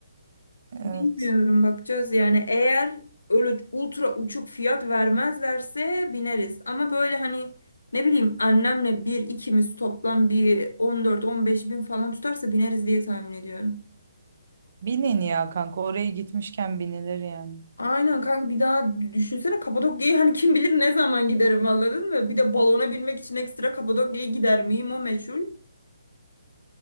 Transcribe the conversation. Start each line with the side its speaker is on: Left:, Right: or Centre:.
Right: Evet.
Left: Bilmiyorum bakacağız yani eğer öyle ultra uçuk fiyat vermezlerse bineriz. Ama böyle hani ne bileyim annemle bir ikimiz toplam bir 14-15 bin falan tutarsa bineriz diye tahmin ediyorum.
Right: Binin ya kanka oraya gitmişken binilir yani.
Left: Aynen kanka bir daha düşünsene Kapadokya'yı hani kim bilir ne zaman giderim anladın mı? Bir de balona binmek için ekstra Kapadokya'ya gider miyim o meçhul.